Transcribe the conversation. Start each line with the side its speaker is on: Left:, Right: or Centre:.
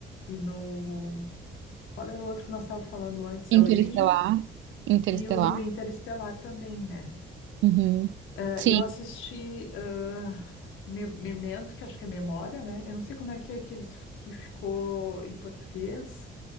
Left: E no. Qual era o outro que nós estávamos falando antes? A
Right: Interestelar.
Left: Origem
Right: Interestelar.
Left: e o no Interestelar também, né?
Right: Uhum.
Left: Eh,
Right: Sim.
Left: eu assisti ah, Me- Memento, que acho que é Memória, né? Eu não sei como é que é que eles que ficou em português.